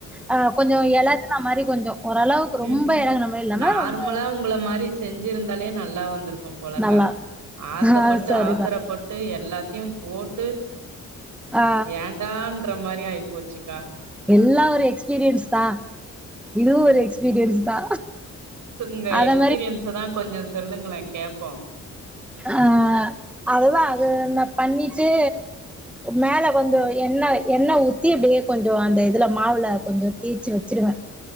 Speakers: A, in the centre; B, on the right.
A: ஆ கொஞ்சோ எளகு ம மாரி கொஞ்சோ ஓரளவுக்கு
B: ம்
A: ரொம்ப
B: ம்
A: எலகுன மாரி இல்லாம
B: நார்மலா
A: ரொம்ப
B: உங்கள மாரி செஞ்சிருந்தாலே நல் லா வந்துரு க்கும் போலக்கா
A: நல்லா
B: ஆசப்பட்டு
A: ஆ சரிதா
B: அவசரப்பட்டு எ ல்லாத்தையு போட்டு
A: ஆ
B: ஏன்டான்ற மாரி ஆயி போச்சுக்கா
A: எல்லா ஒரு எக்ஸ்பீரியன்ஸ் தா இதுவு ஒரு எக்ஸ்பீரியன்ஸ் தா
B: உங்க
A: அத
B: எக்ஸ்பீரியன்ஸ
A: மாரி
B: தா கொஞ்சொ சொல்லுங்களே கேப்போ
A: ஆ அதுதா ஏ ந பண்ணிச்சு மேல வந்து எண்ண எண்ண ஊத்தி அப்டியே கொஞ்சொ அந்த இதுல மாவுல கொஞ்சொ தேச்சு வச்சுடுவே